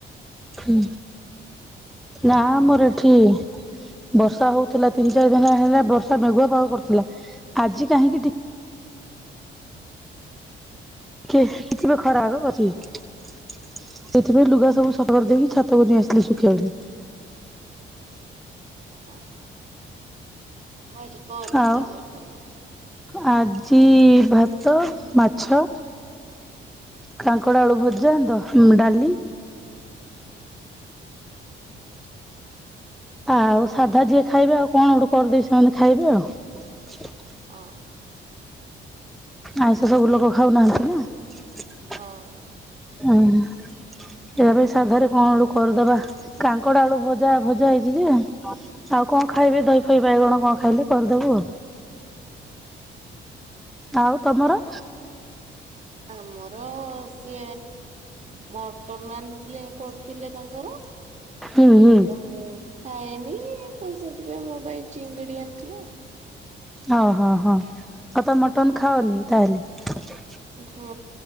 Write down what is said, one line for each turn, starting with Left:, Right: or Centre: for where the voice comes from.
Centre: ହୁଁ ନା ମୋର
Right: ହଁ
Centre: ଏଠି ବର୍ଷା ହଉଥିଲା ତିନି ଚାରି ଦିନି ହେଲା ବର୍ଷା ମେଘୁଆ ପାାଗ କରୁଥିଲା ଆଜି କାହିଁକି ଟି କି କିଛିିବି ଖରା ହଉଅଛି। ସେଥିପାଇଁ ଲୁଗା ସବୁ ସଫା କରିଦେଇକି
Right: ଆଚ୍ଛା
Centre: ଛାତକୁ ନେଇ ଆସିଥିଲି ଶୁଖେଇବାକୁ
Right: <unintelligible> ହଉ ଆଜି କଣ ରୋଷେଇ
Centre: ଆଉ
Right: କରିଚନ୍ତି।
Centre: ଆଜି ଭାତ ମାଛ। କାଙ୍କଡ ଆଳୁ ଭଜା ଦ ଡାଲି
Right: ଆଚ୍ଛା
Centre: ଆଉ ସାଧା ଯିଏ ଖାଇବେ ଆଉ କଣ ଗୋଟେ କରିଦେବି ସେମାନେ ଖାଇବେ ଆଉ।
Right: ଆଛା।
Centre: ଆଇଁଷ ସବୁ ଲୋକ ଖାଉନାହାନ୍ତି, ନା
Right: ହଁ।
Centre: ଆଉ। ଏବେ ସାଧାରେ କଣ ଗୋଟେ କରିଦବା କାଙ୍କଡା ଆଳୁ ଭଜା ଭଜା ହେଇଛି ଯେ କଣ ଖାଇବେ ଦହି ଫଇ ବାଇଗଣ କଣ ଖାଇବେ କରିଦେବୁ ଆଉ।
Right: ହ <unintelligible>
Centre: ଆଉ ତମର
Right: ଆମର ସେ ମଟନ ଆଣିଥିଲେ କରିଥିଲେ ତାଙ୍କର ଆଉ
Centre: ହୁଁ ହୁଁ।
Right: ତ ମୁଁ ଖାଇନି ତୋ ସେଥିପାଇଁ ମୋ ପାଇଁ ଚିଙ୍ଗିଡି ଆଣିଥିଲେ ଆଉ।
Centre: ଓ ହୋ ହଁ ହଁ ଆଉ ତମେ ମଟନ ଖାଅନି ତାହେଲେ।
Right: ହଁ